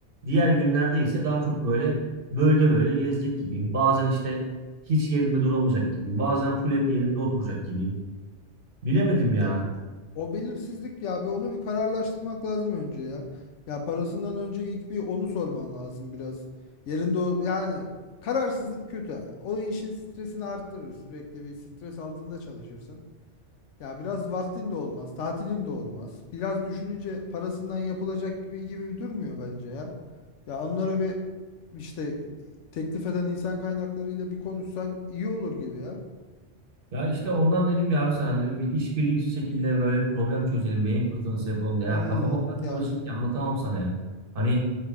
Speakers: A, on the right; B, on the left.
A: Diğer günlerde ise daha çok böyle bölge bölge gezecek gibiyim. Bazen işte hiç yerimde duramayacak gibiyim. Bazen full hep yerimde oturacak gibiyim. Bilemedim ya.
B: Ya O belirsizlik ya bir onu bir kararlaştırmak lazım önce ya. Ya parasından önce ilk bir onu sorman lazım biraz. Yerinde o yani kararsızlık kötü. O işin stresini arttırır. Sürekli bir stres altında çalışırsın. Ya biraz vaktin de olmaz, tatilin de olmaz. Biraz düşününce parasından yapılacak gibi gibi durmuyor bence ya. Ya onlara bir işte teklif eden insan kaynaklarıyla bir konuşsan iyi olur gibi ya.
A: Ya işte ondan dedim ya abi sana hani bir işbirlikçi şekilde böyle bir problem çözelim, beyin fırtınası yapalım da
B: Hmm,
A: ya kafama kadar
B: yani.
A: karışık ki anlatamam sana ya. Hani